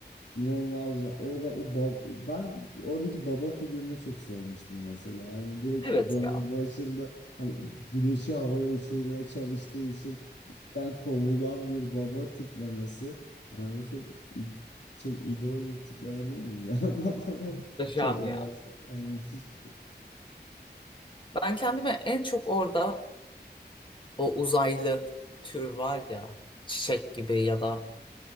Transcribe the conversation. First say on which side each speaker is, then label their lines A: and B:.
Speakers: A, on the left; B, on the left.
A: İnanılmaz. ya. Orada o bab- ben oradaki baba figürünü çok sevmiştim mesela. Hani direkt
B: Evet
A: bölüm
B: ya.
A: başında hani güneşi havaya uçurmaya çalıştığı için ben kovulan bir baba tiplemesi. Yani böyle çok i- çok idol bir tipleme değil mi? Ya <laughs> adam
B: Muhteşem
A: çok böyle
B: ya.
A: yani müthiş bir şey.
B: Ben kendime en çok orada o uzaylı tür var ya. Çiçek gibi ya da